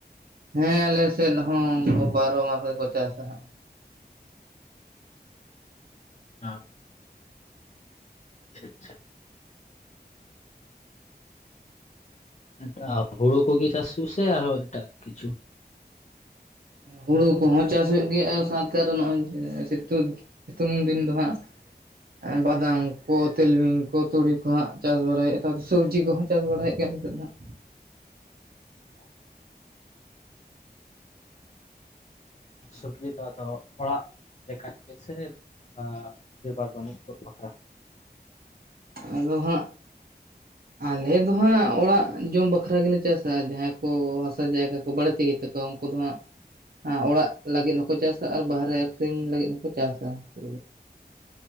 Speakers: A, on the right; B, on the left.
A: ᱦᱮ ᱟᱞ ᱥᱮᱫ ᱦᱚ ᱩᱱᱠᱟ ᱵᱟᱨᱚ ᱢᱟᱥ ᱜᱮᱠᱚ ᱪᱟᱥᱟ ᱦᱟᱸᱜ
B: ᱚᱸ ᱟᱪᱪᱷᱟ ᱟᱪᱪᱷᱟ ᱮᱱᱛᱮ ᱦᱳᱲᱳ ᱠᱚᱜᱮ ᱪᱟᱥ ᱦᱩᱭᱩᱜ-ᱟ ᱥᱮ ᱟᱨᱦᱚᱸ ᱮᱴᱟᱜ ᱠᱤᱪᱷᱩ
A: ᱦᱩᱲᱩ ᱠᱚᱦᱚ ᱪᱟᱥ ᱦᱩᱭᱩᱜ ᱜᱮᱭᱟ ᱟᱨ ᱥᱟᱶᱛᱮ ᱟᱨ ᱱᱚᱜ-ᱚᱭ ᱥᱤᱛᱩ ᱥᱤᱛᱩᱝ ᱫᱤᱱ ᱫᱚ ᱦᱟᱸᱜ ᱵᱟᱫᱟᱢ ᱠᱚ ᱛᱤᱞᱢᱤᱧ ᱠᱚ ᱛᱩᱲᱤ ᱠᱚ ᱦᱟᱸᱜ ᱪᱟᱥ ᱵᱟᱲᱟᱭᱮᱫᱟ ᱛᱚ ᱟᱫᱚ ᱥᱚᱵᱽᱡᱤ ᱠᱚᱦᱚᱸ ᱪᱟᱥ ᱪᱟᱥ ᱵᱟᱲᱟᱭᱮᱫ ᱜᱮᱭᱟ ᱟᱞᱮ ᱥᱮᱫ ᱫᱚ ᱦᱟᱸᱜ
B: <unintelligible> ᱥᱚᱵᱽᱡᱤ ᱫᱚ ᱟᱫᱚ ᱚᱲᱟᱜ ᱞᱮᱠᱟᱡ ᱜᱮ ᱥᱮ ᱟᱻ ᱵᱮᱯᱟᱨ ᱵᱟᱱᱩᱡ ᱠᱚ ᱵᱷᱟᱠᱨᱟ
A: ᱟᱫᱚ ᱦᱟᱸᱜ ᱟᱞᱮ ᱫᱚ ᱦᱟᱸᱜ ᱚᱲᱟᱜ ᱡᱚᱢ ᱵᱟᱠᱷᱨᱟ ᱜᱮᱞᱮ ᱪᱟᱥᱟ ᱡᱟᱦᱟᱭ ᱠᱚ ᱦᱟᱥᱟ ᱡᱟᱭᱜᱟ ᱠᱚ ᱵᱟᱹᱲᱛᱤ ᱜᱮᱛᱟᱠᱚ ᱛᱚ ᱩᱱᱠᱩ ᱫᱚ ᱦᱟ ᱚᱲᱟᱜ ᱞᱟᱹᱜᱤᱫ ᱦᱚᱠᱚ ᱪᱟᱥᱟ ᱟᱨ ᱵᱟᱦᱨᱮ ᱟᱠᱷᱨᱤᱧ ᱞᱟᱜᱤᱫ ᱦᱚᱠᱚ ᱪᱟᱥᱟ ᱩᱱᱠᱩ